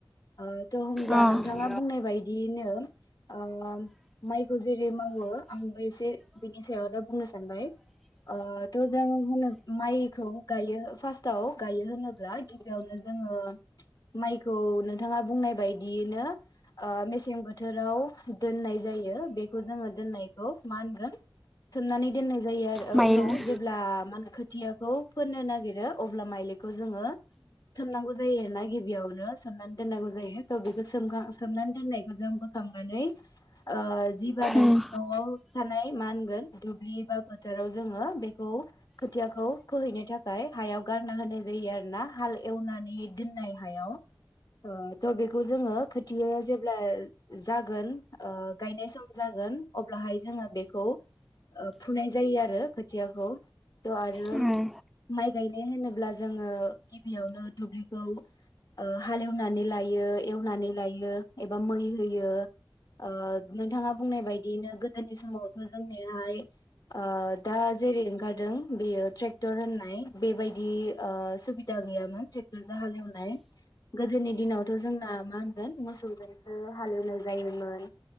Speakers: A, on the left (about 45°); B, in the centre.
A: ओ थ' होमब्ला
B: अ
A: नोंथांङा बुंनाय बायदियैनो ओ माइखौ जेरै मावो आंबो एसे बिनि सायाव बुंनो सानबाय। ओ थ' जों होनो माइखौ गायो फास्ताव गायो होनोब्ला गिबियावनो जोङो माइखौ नोंथांङा बुंनाय बायदियैनो ओ मेसें बोथोराव दोननाय जायो बेखौ जोङो दोननायखौ मा होनगोन सोमननानै दोन जायो आरो
B: माइलि
A: ओ उनाव जेब्ला मा होनो खोथियाखौ फोननो नागिरो अब्ला माइलि खौ जोङो सोमनांगौ जायो नायगि आवनो सोमनानै दोननांगौ जायो थ' बेखौ सोमखां सोमनानै दोननायखौ जों बो खांनानै ओ जिबा नों
B: उम
A: न'आव थानाय मा होनगोन दुब्लि बा फोथाराव जोङो बे खौ खोथियाखौ फोहैनो थाखाय हायाव गारना होनाय जायो आरोना हाल एवनानै दोननाय हायाव थ बेखौ जोङो खोथिया जे ब्ला जागोन ओ गायनाय सम जागोन अब्लाहाय जोङो बेखौ ओ फुनाय जायो आरो खोथियाखौ। थ' आरो
B: उम
A: माइ गायनाय होनोब्ला जोङो गिबियावनो दुब्लिखौ ओ हालेवनानै लायो एवनानै लायो एबा मै होयो ओ नोंथांङा बुंनाय बायदियैनो गोदोनि समावथ' जोंनिहाय ओ दा जेरै ओंखारदों बेयो ट्रेक्टर होननाय बेबायदि ओ सुबिदा गैयामोन ट्रेक्टर जों हालेवनाय। गोदोनि दिनावथ' जोंना मा होनगोन मोसौजोंसो हालेवनाय जायोमोन।